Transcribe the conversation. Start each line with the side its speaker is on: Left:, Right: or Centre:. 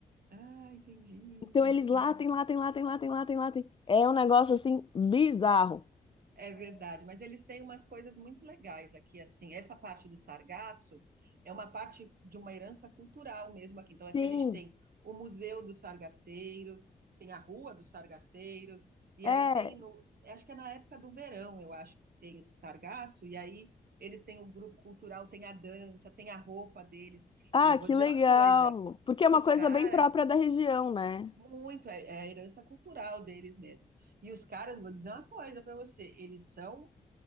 Right: Ah, entendi,
Left: Então
Right: entendi.
Left: eles latem, latem, latem, latem, latem, latem. É um negócio assim bizarro.
Right: É verdade, mas eles têm umas coisas muito legais aqui, assim. Essa parte do sargaço é uma parte de uma herança cultural mesmo aqui. Então, aqui
Left: Sim,
Right: a gente tem o Museu dos Sargaceiros, tem a Rua dos Sargaceiros, e
Left: é.
Right: aí tem no, acho que é na época do verão, eu acho que tem esse sargaço, e aí eles têm o grupo cultural, tem a dança, tem a roupa deles.
Left: Ah,
Right: E eu vou
Left: que
Right: dizer
Left: legal.
Right: uma coisa,
Left: Porque
Right: os
Left: é uma coisa
Right: caras
Left: bem própria da região, né?
Right: muito, é, é a herança cultural deles mesmo. E os caras, vou dizer uma coisa para você, eles são